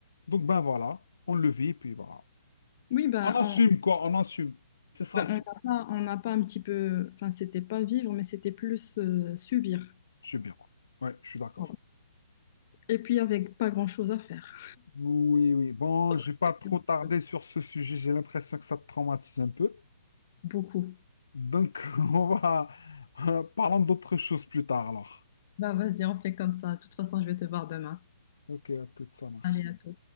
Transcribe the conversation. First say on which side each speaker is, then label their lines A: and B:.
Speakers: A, on the left (about 75°); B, on the left (about 35°).
A: donc ben voilà, on le vit, et puis voilà.
B: Oui, bah
A: On assume,
B: on
A: quoi, on assume. C'est ça
B: bah,
A: le
B: on
A: truc.
B: n'a pas, on n'a pas un petit peu... Enfin, c'était pas vivre, mais c'était plus euh, subir.
A: Je suis bien. Ouais, je suis d'accord.
B: Voilà. Et puis avec pas grand-chose à faire.
A: Oui, oui. Bon,
B: <laughs>
A: j'ai pas trop tardé sur ce sujet. J'ai l'impression que ça te traumatise un peu.
B: Beaucoup.
A: Donc, <laughs> on va... <laughs> Parlons d'autres choses plus tard, alors.
B: Bah vas-y, on fait comme ça. De toute façon, je vais te voir demain.
A: Ok, à tout, ça marche.
B: Allez, à toi.